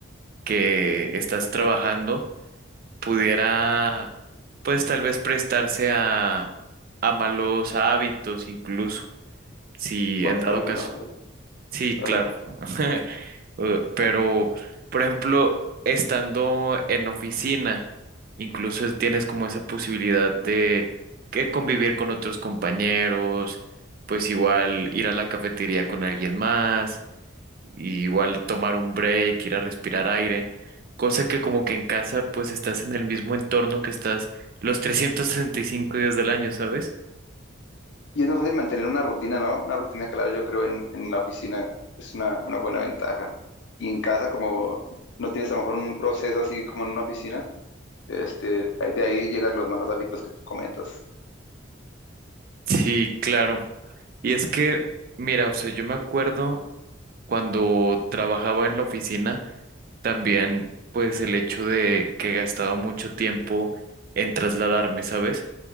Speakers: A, on the right (about 45°); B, on the left (about 65°).
A: que estás trabajando, pudiera pues tal vez prestarse a, a malos hábitos incluso, si
B: Bastante,
A: en dado caso.
B: no lo sabía.
A: Sí,
B: Ajá.
A: claro. <laughs> Eh, Pero, por ejemplo, estando en oficina, incluso es- tienes como esa posibilidad de que convivir con otros compañeros, pues igual ir a la cafetería con alguien más, y igual tomar un break, ir a respirar aire, cosa que como que en casa pues estás en el mismo entorno que estás los 365 días del año, ¿sabes?
B: Y es más fácil mantener una rutina, ¿no? Una rutina clara, yo creo, en, en la oficina es una, una buena ventaja. Y en casa, como no tienes a lo mejor un proceso así como en una oficina, este, ahí- de ahí llegan los malos hábitos que tú comentas.
A: Sí, claro. Y es que, mira, o sea, yo me acuerdo cuando trabajaba en la oficina, también, pues el hecho de que gastaba mucho tiempo en trasladarme, ¿sabes?